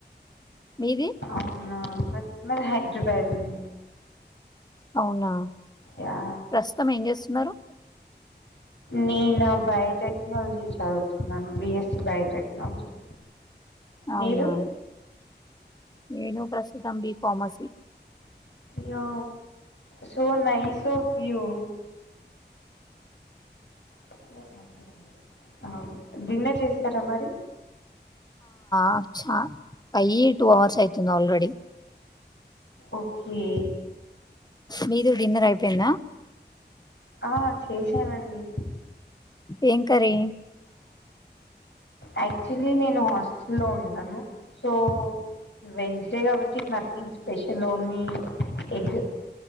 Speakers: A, on the left; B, on the left.
A: మీది
B: అవునా మ మాది హైదరాబాద్ అండి
A: అవునా
B: యా
A: ప్రస్తుతం ఏం చేస్తున్నారు
B: నేను బయోటెక్నాలజీ చదువుతున్నాను బి. SC biotechnology. మీరు
A: అవునా నేను ప్రస్తుతం బి ఫార్మసీ
B: యో so nice of you thank you you అండి అవ్ డిన్నర్ చేసారా మరి.
A: అబ్ ఛ అయ్యి టూ అవర్స్ అయితుంది ఆల్రేడి.
B: ఓకే
A: మీది డిన్నర్ అయిపోయిందా
B: ఆ చేశానండి
A: ఏం కర్రీ
B: యాక్చులీ నేను హాస్టల్ లో ఉంటాను సో. వెన్స్ డే కాబట్టి nothing special own egg